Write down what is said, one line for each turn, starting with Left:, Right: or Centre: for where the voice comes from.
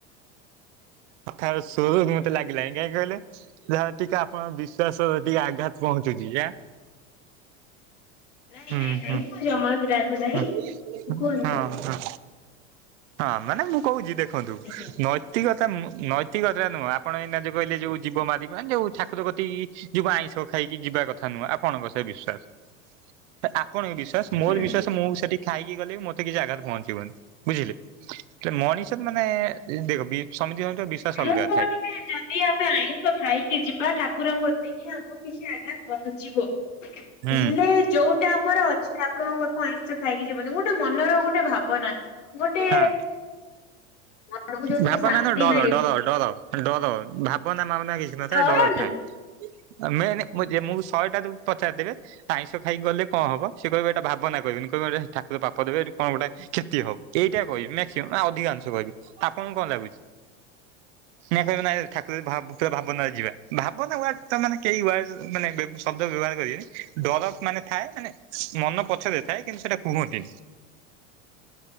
Right: କଥାର ସୁରୁ ମତେ ଲାଗିଲାଣି କାହିଁ କହିଲେ ଯାହା ଟିକେ ଆପଣଙ୍କ ବିଶ୍ୱାସର ଟିକେ ଆଘାତ ପହଞ୍ଚୁଛି ଯା।
Left: ନାଇଁ
Right: ହୁଁ
Left: ନାଇଁ ନାଇଁ
Right: ହୁଁ
Left: ମୁଁ ଜମା ବି ରାଗୁ ନାହିଁ
Right: ହୁଁ
Left: କୁହନ୍ତୁ?
Right: ହଁ ହଁ ହଁ ମାନେ ମୁଁ କହୁଛି ଦେଖନ୍ତୁ
Left: ଆଜ୍ଞା
Right: ନୈତିକତା ନୈତିକତା ନୁହଁ ଆପଣ ଏଇନା ଯୋଉ କହିଲେ ଯୋଉ ଜୀବ ମାରିବା ଯୋଉ ଠାକୁର କତିକି ଯିବ ଆଇଁଷ ଖାଇକି ଯିବା କଥା ନୁହଁ ଆପଣଙ୍କ ସହ ବିଶ୍ଵାସ <unintelligible> ଆପଣଙ୍କ ବିଶ୍ୱାସ
Left: ହୁଁ।
Right: ମୋର ବିଶ୍ୱାସ ମୁଁ ସେଠି ଖାଇକି ଗଲେ ମତେ କିଛି ଆଘାତ ପହଞ୍ଚିବନି ବୁଝିଲେ? ହେଲେ ମଣିଷ ମାନେ ଦେଖ ସମିତିଙ୍କର ବିଶ୍ଵାସ ଅଲଗା
Left: ମୁଁ କହୁଥିଲି
Right: ଥାଏ।
Left: ଯଦି ଆମେ ଆଇଁଷ ଖାଇକି ଯିବା ଠାକୁରଙ୍କ କତିକି ଆମକୁ କିଛି ଆଘାତ ପହଞ୍ଚିବ।
Right: ହୁଁ
Left: ହେଲେ ଯୋଉଟା ଆମର ଅଛି ଠାକୁରଙ୍କ ପାଖକୁ ଆଇଁଷ ଖାଇକି ଯିବନି ଗୋଟେ ମନର ଗୋଟେ ଭାବନା ଗୋଟେ
Right: ହଁ
Left: ମନକୁ ଯୋଉଥିରେ
Right: ଭାବନା
Left: ଶାନ୍ତି
Right: ନୁହଁ ଡର
Left: ମିଳିବ।
Right: ଡର ଡର ଡର ଭାବନା ମାବନା କିଛି ନଥାଏ
Left: ସରଣ
Right: ଡର ଥାଏ। ଆମେ ମୁଁ ଶହେଟା ପଚାରିଦେବେ। ଆଇଁଷ ଖାଇକି ଗଲେ କଣ ହବ ସେ କହିବ ଏଟା ଭାବନା କହିବନି କହିବେ ଠାକୁର ପାପ ଦେବେ କଣ ଗୋଟେ କ୍ଷତି ହବ? ଏଇଟା କହିବି ମାକ୍ସିମମ ଅଧିକାଂଶ କହିବି ଆପଣଙ୍କୁ କଣ ଲାଗୁଛି? ନା କହିବେ ନା ଠାକୁର ପୁରା ଭାବନାରେ ଯିବା ଭାବନା ୱାର୍ଡ ତ ମାନେ କେହି ୱାର୍ ମାନେ ଶବ୍ଦ ବ୍ୟବହାର କରିବେ। ଡର ମାନେ ଥାଏ ମାନେ ମନ ପଛରେ ଥାଏ କିନ୍ତୁ ସେଇଟା କୁହନ୍ତି।